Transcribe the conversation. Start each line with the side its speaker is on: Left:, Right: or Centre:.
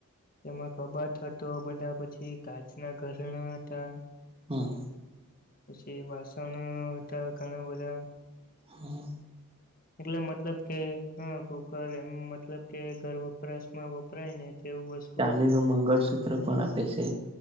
Left: તેમાં કબાત હતો બધા પછી કાચના ઘરણા હતા
Right: હા
Left: પછી વાસણ હતા ઘણા બધા
Right: હા
Left: એટલે મતલબ કે હા કુકર એમ મતલબ કે ઘર વપરાશ માં વપરાયને તેવુંસ્ત
Right: ચાંદ નું મંગળસૂત્ર પણ આપે છે.